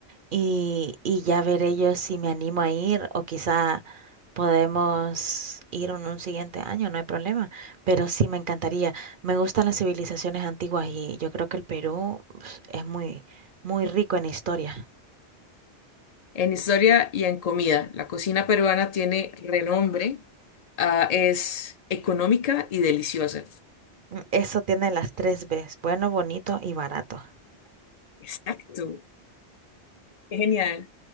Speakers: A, on the right; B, on the left.
A: y, y ya veré yo si me animo a ir o quizá podemos ir en un siguiente año, no hay problema. Pero sí me encantaría. Me gustan las civilizaciones antiguas y yo creo que el Perú pues, es muy, muy rico en historia.
B: En historia y en comida, la cocina peruana tiene renombre, ah, es económica y deliciosa.
A: Mm, Eso tiene las tres Bs, bueno, bonito y barato.
B: Exacto, qué genial.